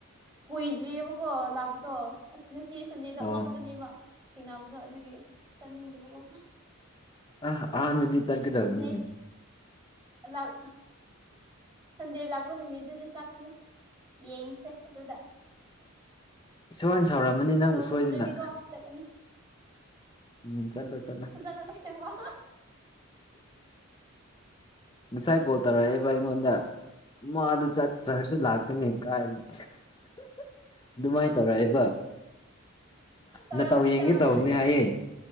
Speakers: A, on the right; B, on the left.
A: ꯀꯨꯏꯗ꯭ꯔꯤꯑꯕꯀꯣ ꯂꯥꯛꯄꯗꯣ ꯑꯁ ꯉꯁꯤ ꯁꯟꯗꯦꯗꯣ ꯑꯃꯈꯛꯇꯅꯦꯕ
B: ꯑꯣ
A: ꯊꯦꯡꯅꯕꯗꯣ ꯑꯗꯨꯒꯤ ꯆꯠꯅꯤꯡꯗꯕꯀꯣ
B: ꯑ ꯑꯥ ꯅꯗꯤ ꯇꯔ ꯀꯗꯕꯅꯤꯅꯦ
A: ꯅꯦꯛꯁ ꯂꯥꯛ ꯁꯟꯗꯦ ꯂꯥꯛꯄ ꯅꯨꯃꯤꯠꯗꯨꯗꯤ ꯆꯥꯛꯀꯅꯤ ꯌꯦꯡꯁꯦ ꯑꯗꯨꯗ
B: ꯏꯁꯣꯔꯅ ꯁꯥꯎꯔꯝꯃꯅꯤ ꯅꯪꯕꯨ
A: ꯅꯣꯡ ꯆꯨꯗ꯭ꯔꯗꯤꯀꯣ
B: ꯁꯣꯏꯗꯅ
A: ꯆꯠꯀꯅꯤ
B: ꯎꯝ ꯆꯠꯂꯣ ꯆꯠꯂꯣ
A: ꯑꯖꯅ ꯁꯤꯇ ꯋꯥ
B: ꯁꯥꯏ ꯀꯣꯇꯥꯔꯕ ꯏꯪꯣꯟꯟ ꯃ ꯑꯗꯨ ꯆ ꯆꯔꯁꯨ ꯂꯥꯛꯇꯅꯤ ꯀ ꯑꯗꯨꯃꯥꯏꯅ ꯇꯧꯔꯛꯑꯦꯕ
A: ꯇꯧꯔꯛꯑꯣꯅꯤ
B: ꯃꯇꯧ ꯌꯦꯡꯒꯦ
A: ꯇꯧꯔꯛꯑꯣꯅꯤ
B: ꯇꯧꯕꯅꯤ ꯍꯥꯏꯌꯦ